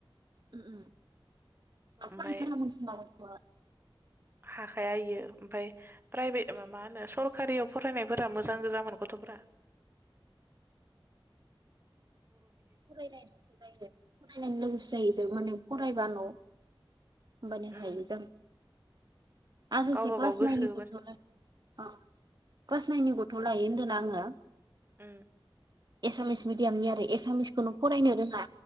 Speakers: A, on the right; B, on the right.
A: उम उम ओ
B: ओमफाय
A: फरायथारामोन खोमा गथ'वा
B: हाखाया इयो ओमफाय प्राइभेट मामा मा होनो सरकारियाव फरायनायफोरा मोजां गोजामोन गथ'फ्रा
A: फरायनाय गोसो जायो। नोसो जायो ज माने फरायबा न' होमबानि
B: उम
A: हायो जों आ सासे
B: गावबा
A: क्लास
B: गाव गोसो
A: नाइनि
B: होबासो
A: गथ'नो ओ क्लास नाइननि गथ' लायो होनदोंना आङो।
B: उम
A: एसामिस मिडयामनि आरो एसामिस खौनो फरायनो रोङा